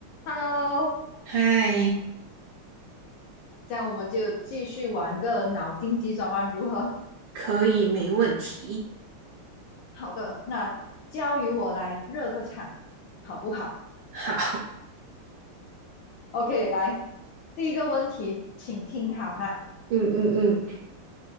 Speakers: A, on the left; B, on the right.
A: Hello，
B: 嗨，
A: 这样我们就继续玩个脑筋急转弯，如何？
B: 可以，没问题。
A: 好的，那交由我来热个场，好不好
B: 好
A: ？OK，来，第一个问题，请听好哈。
B: <laughs>，嗯嗯嗯，